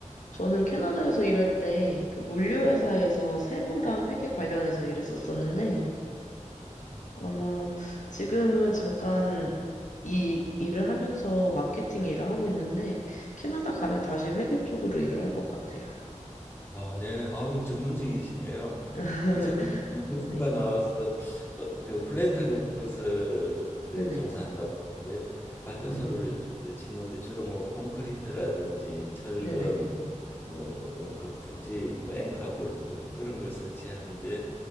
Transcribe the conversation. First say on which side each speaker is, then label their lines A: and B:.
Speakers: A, on the left; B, on the left.
A: 저는 캐나다에서 일할 때 그 물류회사에서 세무랑 회계 관련해서 일했었었는데
B: 음.
A: 아마 지금은 잠깐 이 일을 하면서 마케팅 일을 하고 있는데 캐나다 가면 다시 회계 쪽으로 일을 할 것 같아요.
B: 아, 네. 아유, 전문직이시네요.
A: <laughs>
B: 뭐 저희 건설과
A: 네,
B: 나와서 어, 그 플랜트 건설에
A: 네네,
B: 종사한다고 하는데 발전소를
A: 네네,
B: 짓는데 주로 뭐 콘크리트라든지 철근,
A: 네네,
B: 뭐 어, 거푸집, 뭐 앵카볼트 그런 걸 설치하는데